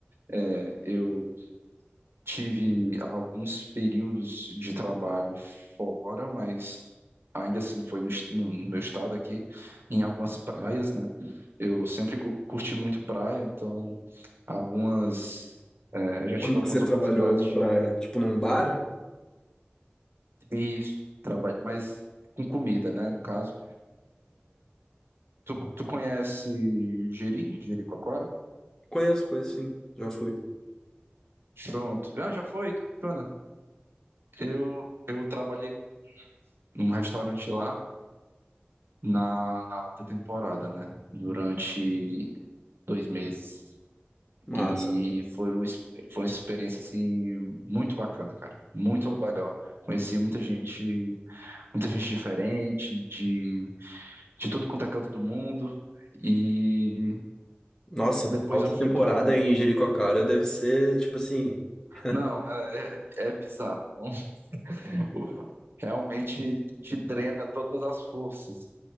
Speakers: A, on the right (about 70°); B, on the left (about 15°).
A: É, eu tive alguns períodos de trabalho fora, mas ainda assim foi no, est- no meu estado aqui, em algumas praias, né? Eu sempre gu- curti muito praia, então algumas, é, eu já tive
B: Onde
A: algumas
B: que você
A: oportunidades
B: trabalhou na
A: de
B: praia? Tipo num bar?
A: ir trabalhar, mas com comida, né? No caso, tu, tu conhece Jeri, Jericoacoara?
B: Conheço, conheço sim, já fui.
A: Pronto. Ah, já foi? Que bacana. Eu, eu trabalhei num restaurante lá na, na alta temporada, né? Durante dois meses.
B: Massa.
A: E foi, um, ex- foi uma experiência, assim, muito bacana, cara. Muito legal. Conheci muita gente, muita gente diferente, de, de tudo quanto é canto do mundo. E
B: Nossa,
A: depois
B: a alta
A: eu fui
B: temporada
A: pra.
B: em Jericoacoara deve ser, tipo assim, <laughs>
A: Não, é, é, é bizarro. Não? <laughs> Realmente te drena todas as forças.